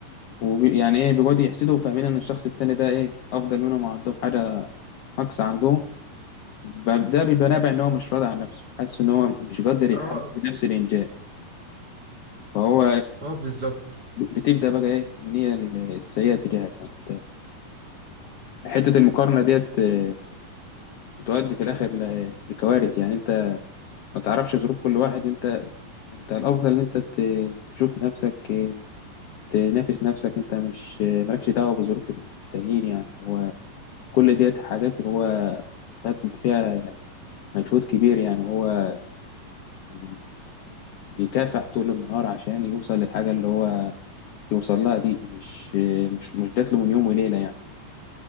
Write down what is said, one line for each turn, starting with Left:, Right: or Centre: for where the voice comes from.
Left: وبي- يعني ايه بيقعدوا يحسدوا وفاهمين ان الشخص التاني ده ايه افضل منهم أو عندهم حاجة نقص عندهم ب- ده بيبقى نابع ان هو مش راضي عن نفسه حاسس ان هو مش قادر يحقق
Right: اه
Left: نفس الانجاز فهو
Right: اه بالظبط
Left: بتبدأ بقى إيه النية السيئة تجاهك يعني أنت حتة المقارنة ديت آه، بتؤدي في الآخر ل- لكوارث يعني أنت ما تعرفش ظروف كل واحد وأنت أنت الأفضل إن أنت ت- تشوف نفسك آه، تنافس نفسك أنت مش آه، مالكش دعوة بظروف التانيين يعني هو كل ديت حاجات هو خد فيها مجهود كبير يعني هو بي- بيكافح طول النهار عشان يوصل للحاجة اللي هو يوصل لها دي مش آه، مش مش جات له من يوم وليلة يعني